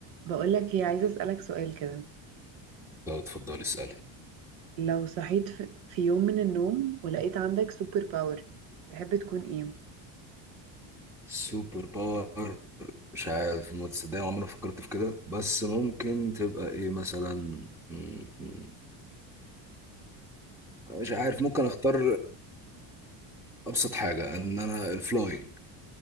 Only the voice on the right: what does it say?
بقولك ايه عايزة أسألك سؤال كده
لو صحيت في في يوم من النوم ولقيت عندك سوبر باور تحب تكون ايه